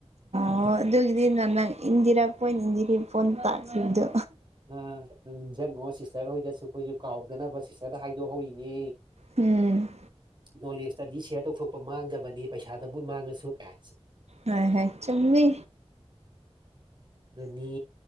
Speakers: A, on the right (about 75°); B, on the right (about 45°).
A: ꯑꯣ ꯑꯗꯨꯒꯤꯗꯤ ꯅ ꯅꯪ ꯏꯟꯖꯤꯔꯥ ꯄꯣꯏꯅ ꯏꯟꯖꯤꯔꯤ ꯐꯣꯟ ꯇꯥꯛꯈꯤꯕꯗꯣ
B: ꯑ ꯆꯪꯉꯣ ꯁꯤꯁꯇꯔ ꯍꯣꯏꯗꯁꯨ ꯑꯩꯈꯣꯏꯁꯨ ꯀꯥꯎꯗꯅꯕ ꯁꯤꯁꯇꯔꯗ ꯍꯥꯏꯗꯣꯛꯍꯧꯔꯤꯅꯦ
A: ꯎꯝ
B: ꯅꯣꯂꯦꯖꯇꯗꯤ ꯁꯤꯌꯥꯔ ꯇꯧꯊꯣꯛꯄ ꯃꯥꯡꯖꯕꯅꯤ ꯄꯩꯁꯥꯗꯕꯨ ꯃꯥꯡꯉꯁꯨ ꯑꯦ
A: ꯍ ꯍ ꯆꯃꯤ
B: ꯅꯅꯤ